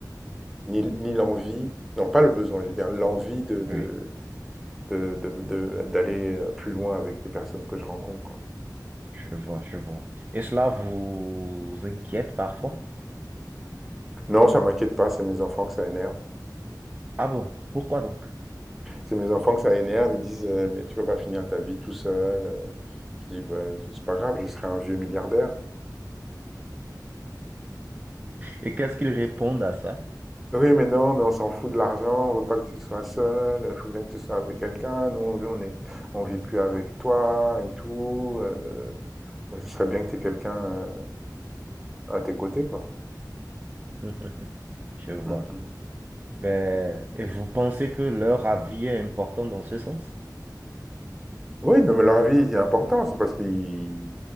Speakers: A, in the centre; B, on the right.
A: ni ni l'envie non, pas le besoin, je veux dire l'envie de de
B: oui,
A: de de de d'aller, heu, plus loin avec les personnes que je rencontre, quoi.
B: je vois, je vois. Et cela vous inquiète parfois?
A: Non, ça m'inquiète pas, c'est mes enfants que ça énerve.
B: Ah bon, pourquoi donc?
A: C'est mes enfants que ça énerve, ils disent euh, Mais tu vas pas finir ta vie tout seul. euh. Je dis Bah, C'est pas grave, je serai un vieux milliardaire.
B: Et qu'est-ce qu'ils répondent à ça?
A: Oui, mais non, mais on s'en fout de l'argent, on veut pas que tu sois seul, il faut bien que tu sois avec quelqu'un, nous on est, on vit plus avec toi et tout. euh, ouais, ce serait bien que tu aies quelqu'un euh, à tes côtés, quoi.
B: <laughs> Je vois.
A: Mm, mm.
B: Ben, et vous pensez que leur avis est important dans ce sens?
A: Oui, non, mais leur avis est important, c'est parce qu'ils